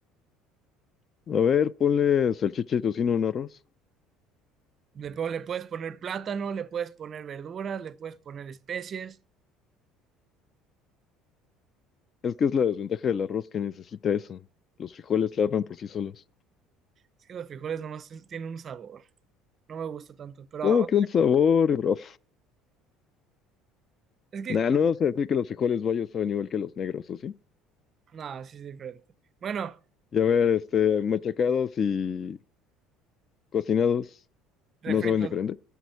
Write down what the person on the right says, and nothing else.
Le, po- le puedes poner plátano, le puedes poner verduras, le puedes poner especies.
Es que los frijoles nomás tienen un sabor. No me gusta tanto. Pero
es que
No, sí es diferente. Bueno,
refrito.